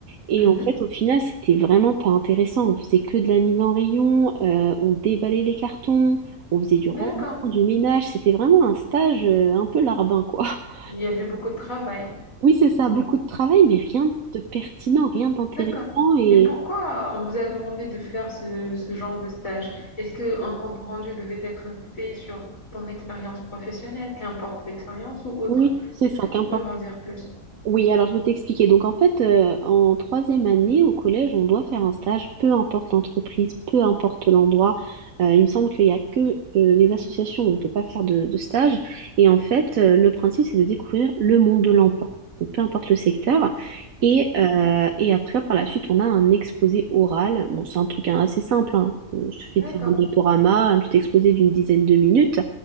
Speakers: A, on the right; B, on the left.
A: Et
B: Mhm.
A: en fait, au final, c'était vraiment pas intéressant. On faisait que de la mise en rayon, euh, on déballait les cartons, on faisait du
B: D'accord.
A: rangement, du ménage. C'était vraiment un stage euh, un peu larbin, quoi. <laughs>
B: Il y avait beaucoup de travail,
A: Oui, c'est ça,
B: disons.
A: beaucoup de travail, mais rien de pertinent, rien d'intéressant.
B: D'accord.
A: Et
B: Mais pourquoi on vous a demandé de faire ce, ce genre de stage? Est-ce qu'un compte rendu devait être fait sur ton expérience professionnelle, qu'importe l'expérience ou autre?
A: oui, c'est
B: Est-ce
A: ça,
B: que
A: qu'un
B: tu peux m'en dire plus?
A: Oui, alors je vais t'expliquer. Donc en fait, euh, en troisième année au collège, on doit faire un stage, peu importe l'entreprise, peu importe l'endroit. Euh, il me semble qu'il n'y a que euh, les associations où on ne peut pas faire de, de stage. Et en fait, euh, le principe, c'est de découvrir le monde de l'emploi. Donc peu importe le secteur. Et, euh, et après, par la suite, on a un exposé oral. Bon, c'est un truc hein, assez simple, hein. Il suffit
B: D'accord.
A: de faire un diaporama, un petit exposé d'une dizaine de minutes.